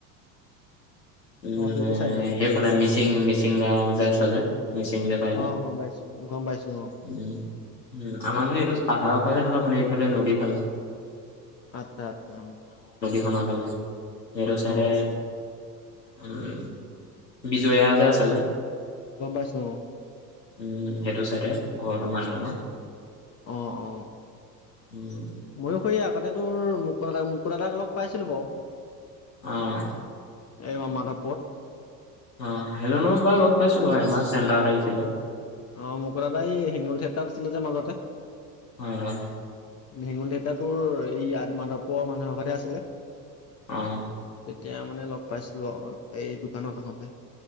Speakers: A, on the left; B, on the left.
A: উম
B: অ সেইটো চাইডে মানে
A: সেইফালে মিচিং মিচিং গাও আ <unintelligible> মিচিং যে পাইজে
B: অ গম পাইছো গম পাইছো অ
A: উম উম আমাৰ মানে এইটো পাহাৰৰ ফালে নহয় মানে এইফালে নদীৰ ফালে
B: আচ্ছা আচ্ছা অ
A: <unintelligible> ফালে সেইটো চাইডে
B: অ
A: উম বিজয়া যে আছে যে
B: গম পাইছো অ
A: উম সেইটো চাইডে ঘৰটো মানুহজনৰ
B: অ অ
A: উম
B: ময়ো সেই আগতে তোৰ মুকুতাদাক মুকুতাদাক লগ পাইছিলো বাৰু
A: আহ
B: <unintelligible> মাধৱ পথ
A: অ সেইজনৰো বা লগ পাইছো বাৰু আমাৰ চেণ্টাৰত আহিছিলে
B: অ মুকুতাদাই হেঙুল থিয়েটাৰত আছিলে যে মাজতে
A: হয় হয়
B: হেঙুল থিয়েটাৰ তোৰ এই ইয়াত মাধৱপুৰৰ মানুহৰ <unintelligible> আছিলে
A: আহ।
B: তেতিয়া মানে লগ পাইছিলো অ এই দোকানত আহোতে